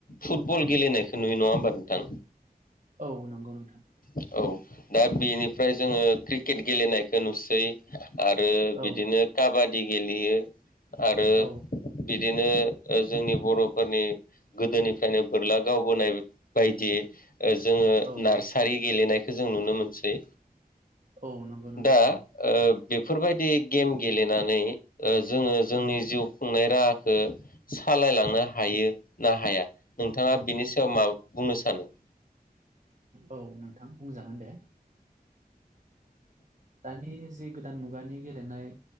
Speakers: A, on the left; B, on the right.
A: फुटबल गेलेनायखौ नुयो नङा होमबा नोंथां
B: औ नंगौ नोंथां
A: औ दा बेनिफ्राय जोङो क्रिकेट गेलेनायखौ नुसै आरो आरो
B: औ
A: बिदिनो काबादि गेलेयो आरो
B: औ
A: बिदिनो जोंनि बर'फोरनि गोदोनिफ्रायनो बोरला गावबोनाय बायदि जोङो
B: औ
A: नार्सारि गेलेनायखौ जों नुनो मोनसै
B: औ नंगौ नोंथां
A: दा
B: औ
A: ओ बेफोरबायदि गेम गेलेनानै जोङो जोंनि
B: औ
A: जिउ खुंनाय राहाखौ सालायलांनो हायो ना हाया नोंथाङा बिनि सायाव मा बुंनो सानो <inaudible>
B: औ नोंथां बुंजागोन दे दानि जि गोदान मुगानि गेलेनाय